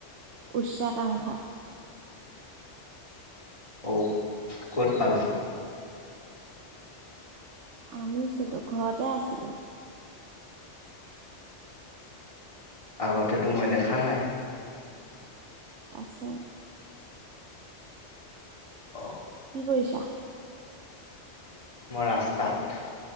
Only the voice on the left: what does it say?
অঔ, ক'ত পালা।
আগতেতো মই দেখা নাই।
অ'
মই ৰাস্তাত।